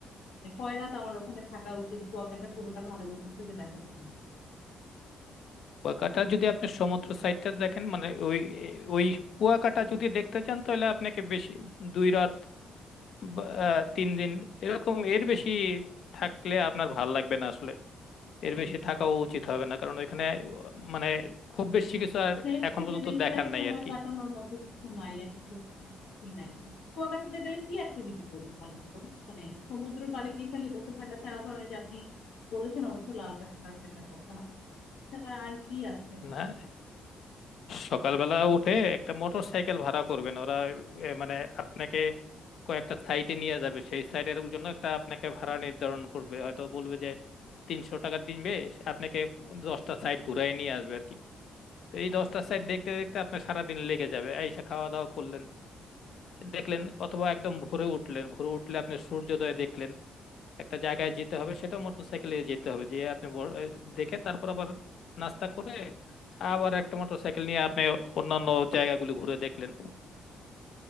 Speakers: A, on the left; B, on the left.
A: যে কয় রাত আমার ওখানে থাকা উচিত কুয়াকাটা পুরোটা ভালো মতো ঘুরে দেখার জন্য
B: কুয়াকাটা যদি আপনি সমুদ্র সাইডটা দেখেন মানে ওই ওই কুয়াকাটা যদি দেখতে চান তাহলে আপনাকে বেশি দুই রাত বা, আহ, তিন দিন এরকম এর বেশি থাকলে আপনার ভাল লাগবে না আসলে এর বেশি থাকাও উচিত হবে না কারণ ওইখানে মানে খুব বেশি কিছু আর
A: এর
B: এখন
A: থেকে
B: পর্যন্ত
A: বেশি
B: দেখার
A: আর
B: নাই
A: সময়
B: আর কি
A: কাটানোর মতো কিছু নাই activity কিছুই নাই কুয়াকাটাতে গেলে কি অ্যাক্টিভিটি করবো বলেন তো? মানে সমুদ্রের পাড়ে কি খালি বসে থাকা ছাড়া ধরেন এই যে আপনি বলেছেন অবশ্য লাল কাঁকড়া খেতে কথা এছাড়া আর কি আছে
B: না সকালবেলা উঠে একটা মোটর সাইকেল ভাড়া করবেন ওরা এ, মানে আপনাকে কয়েকটা সাইটে নিয়ে যাবে সেই সাইটের জন্য একটা আপনাকে ভাড়া নির্ধারণ করবে হয়তো বলবে যে তিনশো টাকা দিনবে আপনাকে দশটা সাইট ঘুরাই নিয়ে আসবে আর কি তো এই দশটা সাইট দেখতে দেখতে আপনার সারাদিন লেগে যাবে আইসা খাওয়া দাওয়া করলেন দেখলেন অথবা একদম ভোরে উঠলেন ভোরে উঠলে আপনি সূর্যোদয় দেখলেন একটা জায়গায় যেতে হবে সেটাও মোটরসাইকেলে যেতে হবে যে আপনি বড়- এ, দেখে তারপর আবার নাস্তা করে আবার একটা মোটরসাইকেল নিয়ে আপনি অন্যান্য জায়গাগুলি ঘুরে দেখলেন